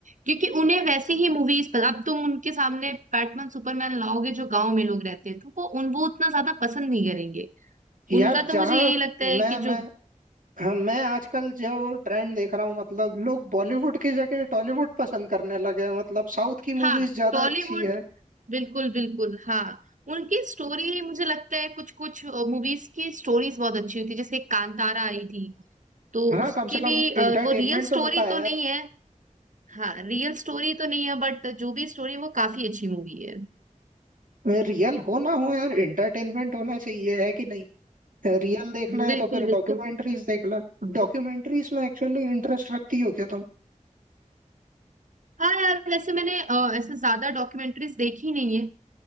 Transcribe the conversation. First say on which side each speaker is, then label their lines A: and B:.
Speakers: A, on the right (about 70°); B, on the right (about 85°).
A: क्योंकि उन्हें वैसे ही मूवीज अब तुम उनके सामने बैटमैन सुपरमैन लाओगे जो गांव में लोग रहते हैं तो वो उन वो उतना ज्यादा पसंद नहीं करेंगे
B: यार
A: उनका
B: जहाँ
A: तो मुझे यही लगता
B: मैं
A: है कि
B: मैं
A: जो
B: हाँ, मैं आजकल जो ट्रेंड देख रहा हूँ मतलब लोग बॉलीवुड की जगह टॉलीवुड पसंद करने लगे हैं मतलब साउथ की
A: हाँ
B: मूवीज ज्यादा
A: टॉलीवुड
B: अच्छी है
A: बिल्कुल बिल्कुल हाँ उनकी स्टोरी मुझे लगता है कुछ कुछ मूवीज की स्टोरीज बहुत अच्छी होती है जैसे कांतारा आई थी तो
B: हाँ
A: उसकी
B: कम से कम
A: भी अ,
B: इंटरटेनमेंट
A: वो रियल
B: तो
A: स्टोरी
B: होता है
A: तो
B: यार
A: नहीं है हाँ रियल स्टोरी तो नहीं है बट जो भी स्टोरी वो काफी अच्छी मूवी है
B: रियल हो ना हो यार इंटरटेनमेंट होना चाहिए है कि नहीं रियल देखना है
A: बिल्कुल
B: तो फिर
A: बिल्कुल
B: डॉक्यूमेंट्रीज देख लो डॉक्यूमेंट्रीज में एक्चुअली इंटरेस्ट रखती हो क्या तुम
A: हाँ यार वैसे मैंने अ, ऐसे ज्यादा डॉक्यूमेंट्रीज देखी नहीं है